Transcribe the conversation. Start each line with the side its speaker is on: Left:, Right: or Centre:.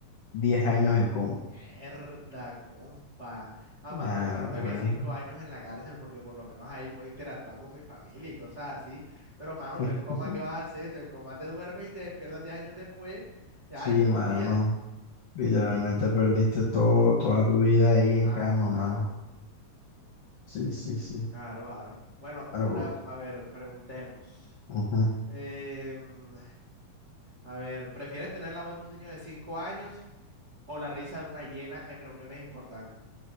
Left: Diez años en coma.
Right: Mierda, compa. Ah, mano,
Left: Ah,
Right: yo siento
Left: pues.
Right: que cinco años en la cárcel, porque por lo menos ahí puedo interactuar con mi familia y cosas así. Pero, mano, tú
Left: <laughs>
Right: en coma, ¿qué vas a hacer? Tú en coma te duermes y te despiertas diez años después. Y,
Left: Sí,
Right: ay, buenos
Left: mano.
Right: días.
Left: Literalmente perdiste todo, toda tu vida ahí en
Right: Aro,
Left: cama,
Right: mano.
Left: mano. Sí, sí, sí.
Right: Aro, aro. Bueno,
Left: Bueno,
Right: una,
Left: pregunta.
Right: a ver, preguntemos.
Left: Ujú.
Right: Em, a ver, ¿prefieres tener la voz de un niño de cinco años o la risa de una hiena en reuniones importantes?